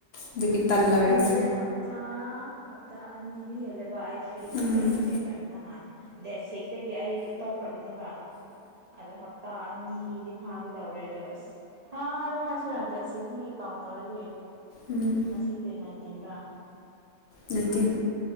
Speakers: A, on the left; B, on the right.
A: ꯑꯗꯨꯒꯤ ꯇꯜꯂꯕꯅꯤ
B: ꯑꯩꯁꯦ ꯍꯞꯇꯥ ꯅꯤꯗꯤ ꯍꯦꯂꯦꯕꯏ ꯐ꯭ꯔꯤꯗ
A: ꯎꯝ
B: ꯂꯩꯕꯁꯦ ꯅꯍꯥꯟ ꯗꯦꯠ ꯁꯤꯛꯁꯇꯒꯤ ꯑꯩ ꯇꯣꯛꯈ꯭ꯔꯕꯅꯦꯕ ꯑꯗꯣ ꯞꯇꯥ ꯑꯅꯤꯗꯤ ꯐꯥꯒꯗꯧꯔꯦ ꯑꯗꯣ ꯑꯁ ꯐꯥꯔꯦ ꯍꯥꯏꯁꯤꯔꯥ ꯗꯦꯠ ꯁꯤꯛꯁꯇꯗꯒꯤ ꯀꯥꯎꯟ ꯇꯧꯔꯗꯤ
A: ꯎꯝ
B: ꯃꯁꯗ ꯌꯦ ꯅꯥꯏꯇꯤꯟ꯭ꯔꯥ
A: ꯅꯥꯏꯟꯇꯤꯟ